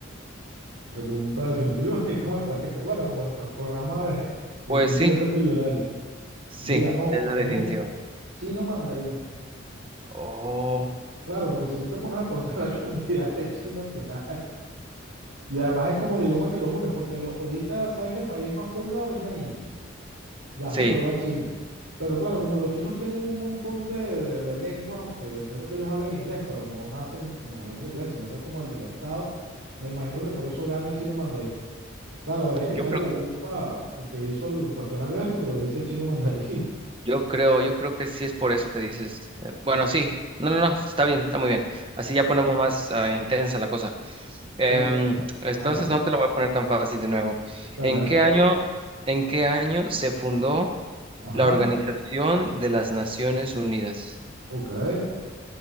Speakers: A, on the right; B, on the right.
A: pregunta definitiva. <laughs> ¿Y ¿Cómo- ¿Te acuerdas? Como el pues, programa de, de
B: Pues
A: ¿Quién
B: sí.
A: quiere ser millonario?
B: Sí,
A: Mira, no,
B: es la
A: es
B: definitiva.
A: el chino mandarín.
B: Oh,
A: Claro, porque si tú te pones a contar <laughs> la cantidad de chinos que hay, y además es como el idioma que los une, porque lo- ahorita sabes que el país más poblado es la India, ya
B: sí,
A: superó a China. Pero claro, como los chinos tienen un montón de, de- de lenguas, aunque entiendo que ellos hablan inglés, pero no nacen como hablando inglés, sino que es como el del Estado, me imagino que por eso gana el chino mandarín. Claro, habría que
B: yo
A: echarle
B: creo,
A: la culpa al que hizo el cuestionario este, pero dice chino mandarín. <laughs>
B: yo creo, yo creo que sí es por eso que dices. eh, Bueno, sí, no, no, no, está bien, está muy bien. Así ya ponemos más ah, intensa la cosa. Em,
A: Claro,
B: entonces
A: hágale,
B: no te lo voy a poner tan fácil de nuevo.
A: dale,
B: ¿En
A: dale.
B: qué año, en qué año se fundó
A: Ajá,
B: la Organización de las Naciones Unidas?
A: ok.